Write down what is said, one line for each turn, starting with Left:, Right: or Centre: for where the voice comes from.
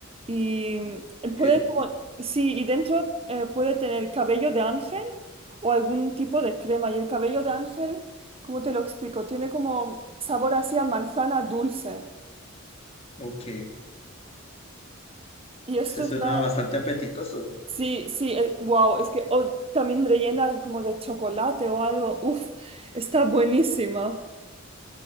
Right: Y
Left: ok,
Right: mm, puede como, sí, y dentro eh, puede tener cabello de ángel o algún tipo de crema. Y el cabello de ángel... ¿Cómo te lo explico? Tiene como sabor así a manzana dulce.
Left: ok.
Right: Y esto
Left: Ese suena
Right: está...
Left: bastante apetitoso.
Right: Sí, sí, eh, wow, es que o también rellena como de chocolate o algo. Uf, está buenísima.